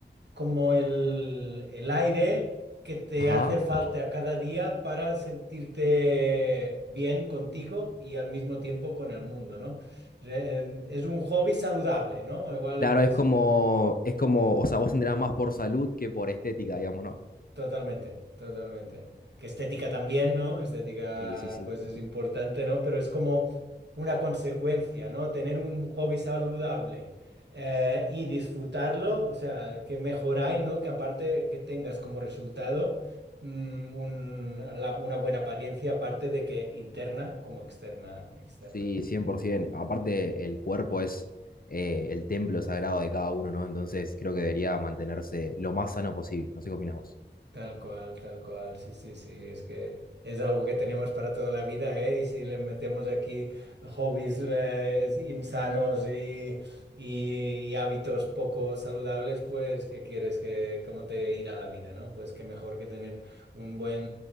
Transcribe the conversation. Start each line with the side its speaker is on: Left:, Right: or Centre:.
Right: como el, el aire que te
Left: Ajá.
Right: hace falta cada día para sentirte bien contigo y al mismo tiempo con el mundo, ¿no? Re- em, Es un hobby saludable, ¿no? Igual,
Left: Claro,
Right: pues
Left: es como, es como, o sea, vos entrenás más por salud que por estética, digamos, ¿no?
Right: Totalmente, totalmente. Que estética también, ¿no? Estética,
Left: Sí, sí, sí.
Right: pues es importante, ¿no? Pero es como una consecuencia, ¿no? Tener un hobby saludable eh, y disfrutarlo, o sea, que mejoráis, ¿no? Que aparte que tengas como resultado mm, un- la- una buena apariencia, aparte de que interna como externa, externa.
Left: Sí, 100%. Aparte, el cuerpo es eh, el templo sagrado de cada uno, ¿no? Entonces creo que debería mantenerse lo más sano posible. No sé qué opinas vos.
Right: Tal cual, tal cual, sí, sí, sí, es que es algo que tenemos para toda la vida, ¿eh? Y si le metemos aquí hobbies eh, insanos y, y- y hábitos poco saludables, pues, ¿qué quieres? Que, ¿cómo te irá la vida, ¿no? Pues qué mejor que tener un buen,